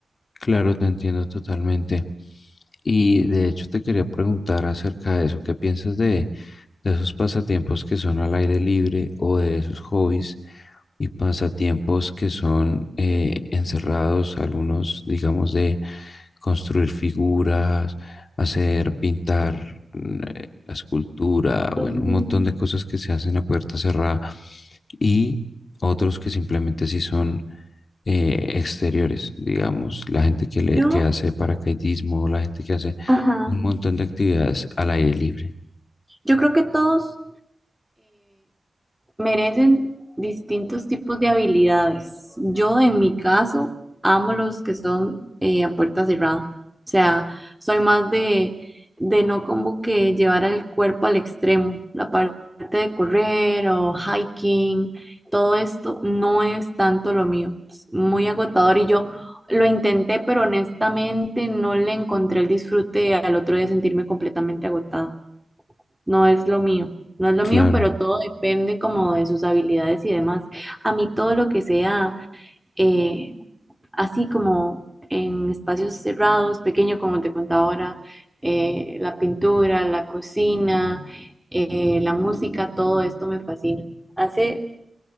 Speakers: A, on the left (about 65°); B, in the centre.
A: claro, te entiendo totalmente. Y de hecho te quería preguntar acerca de eso, ¿qué piensas de, de esos pasatiempos que son al aire libre o de esos hobbies y pasatiempos que son eh, encerrados, algunos digamos de construir figuras, hacer pintar mm, eh, la escultura,
B: Ujú.
A: bueno, un montón de cosas que se hacen a puerta cerrada? y otros que simplemente sí son eh, exteriores, digamos, la gente que, le,
B: Yo,
A: que hace paracaidismo, la gente que hace
B: ajá,
A: un montón de actividades al aire libre.
B: yo creo que todos merecen distintos tipos de habilidades. Yo, en mi caso, amo los que son eh, a puerta cerrada. O sea, soy más de, de no como que llevar el cuerpo al extremo. La parte de correr o hiking, todo esto no es tanto lo mío. Es muy agotador y yo lo intenté, pero honestamente no le encontré el disfrute al otro día sentirme completamente agotada. No es lo mío, no es lo mío,
A: Claro,
B: pero todo depende como de sus habilidades y demás. A mí todo lo que sea eh, así como en espacios cerrados, pequeño, como te contaba ahora, eh, la pintura, la cocina, eh, la música, todo esto me fascina. Hace